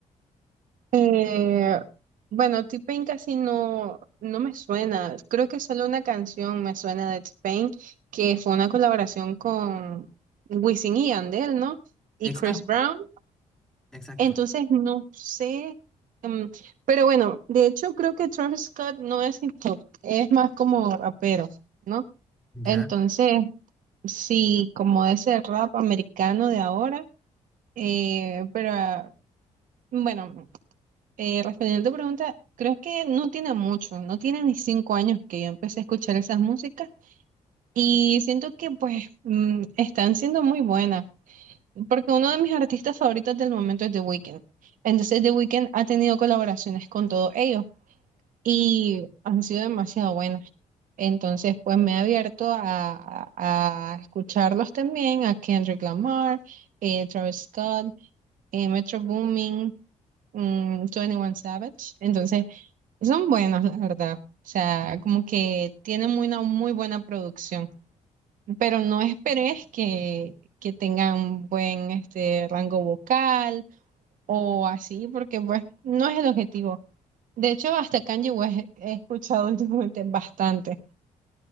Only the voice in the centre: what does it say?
Exacto,
exacto.
Ya.